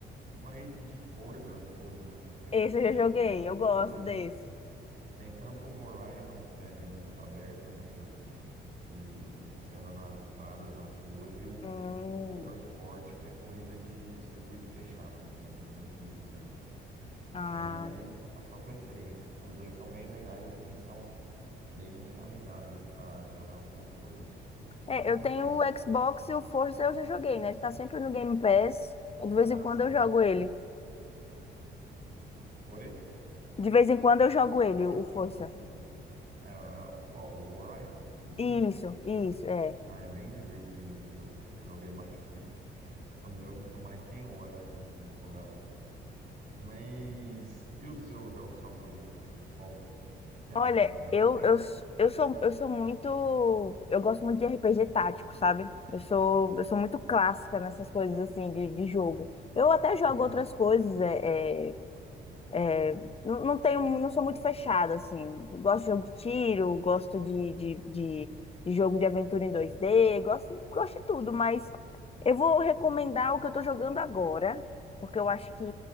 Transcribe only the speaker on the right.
vai de Forza, Forza. Não sei
se você conhece
a franquia
Forza.
Tem tanto o Horizon, que é mundo aberto, né? eu- E você anda nas estradas, nas ruas, e o
Motorsport, que é corrida de circuito fechado, assim, em pista mesmo.
Aí vai a sua preferência. Os dois são bem legais, assim, e são bem amigáveis para jogar no controle.
Mas
então,
ah,
sim.
Oi?
Ah,
sim,
sim, sim. É, é, qual? O Horizon? O 5?
Ah, é bem divertido, assim, eu eu joguei bastante. Acho que É um dos jogos que eu mais tenho hora, assim, jogado. Mas, e os seus jogos favoritos, assim, qual, tem algum
que me recomenda?
Uhum.